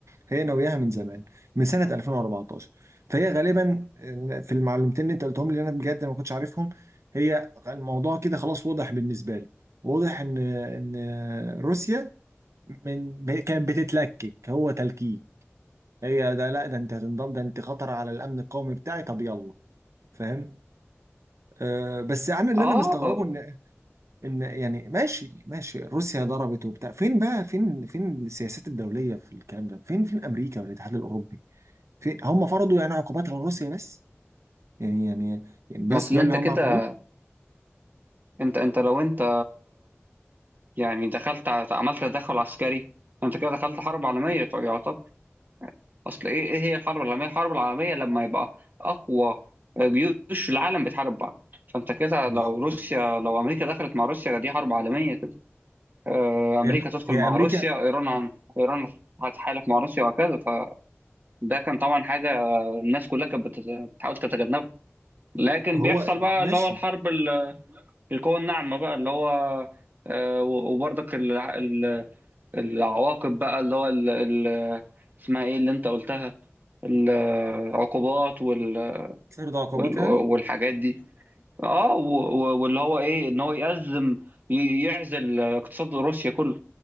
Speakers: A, on the right; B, on the right.
A: هي ناوياها من زمان من سنة 2014 فهي غالبا في المعلومتين اللي انت قلتهم لي انا بجد ما كنتش عارفهم هي الموضوع كده خلاص واضح بالنسبة لي واضح ان ان روسيا من ب- كانت بتتلكك هو تلكيك هي ده لا ده انت هتنضم ده انت خطر على الامن القومي بتاعي طب يلا فاهم آه بس انا اللي
B: اه
A: انا مستغربه
B: آه.
A: ان ان يعني ماشي ماشي روسيا ضربت وبتاع فين بقى فين فين السياسات الدوليه في الكلام ده فين فين امريكا والاتحاد الاوروبي فين هم فرضوا يعني عقوبات على روسيا بس يعني يعني يعني بس
B: ما اصل
A: ده
B: انت
A: اللي هم
B: كده
A: عملوه
B: انت انت لو انت يعني دخلت ع- عملت تدخل عسكري انت كده دخلت حرب عالميه يعتبر اصل ايه ايه هي الحرب العالميه الحرب العالميه لما يبقى اقوى جيوش العالم بتحارب بعض فانت كده
A: بالظبط
B: لو روسيا لو امريكا دخلت مع روسيا دي حرب عالميه كده آه، امريكا
A: هي
B: تدخل
A: هي
B: مع
A: امريكا
B: روسيا ايران هن- ايران هتحالف مع روسيا وهكذا فده كان طبعا حاجه الناس كلها كانت بتت- بتحاول تتجنبه لكن
A: هو
B: بيحصل بقى
A: ماشي
B: اللي هو الحرب ال- القوى الناعمه بقى اللي هو آه، و- وبرضك ال- ال- العواقب بقى اللي هو ال- ال- اسمها ايه اللي انت قلتها العقوبات وال
A: فرض عقوبات
B: وال-
A: يعني
B: والحاجات دي اه و- و- واللي هو ايه ان هو يأزم ي- يعزل اقتصاد روسيا كله